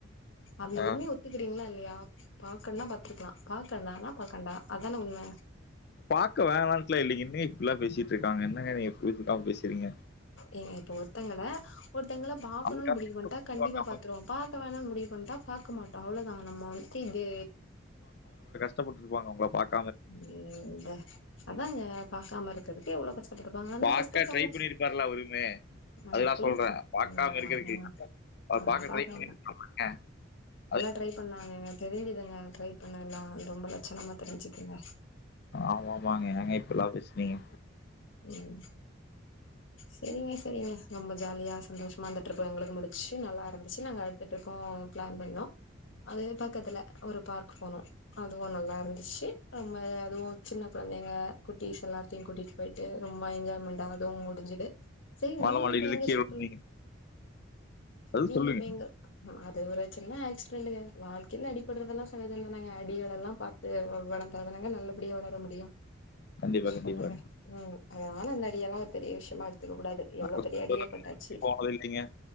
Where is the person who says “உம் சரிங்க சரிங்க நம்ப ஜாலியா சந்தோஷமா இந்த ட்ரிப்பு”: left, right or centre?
Left